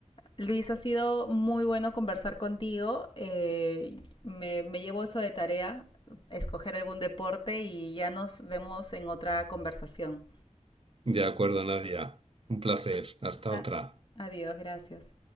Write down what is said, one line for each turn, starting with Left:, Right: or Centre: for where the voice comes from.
Left: Luis, ha sido muy bueno conversar contigo. Eh, me, me llevo eso de tarea, escoger algún deporte y ya nos vemos en otra conversación.
Right: De acuerdo, Nadia. Un placer. Hasta
Left: Ah,
Right: otra.
Left: adiós, gracias.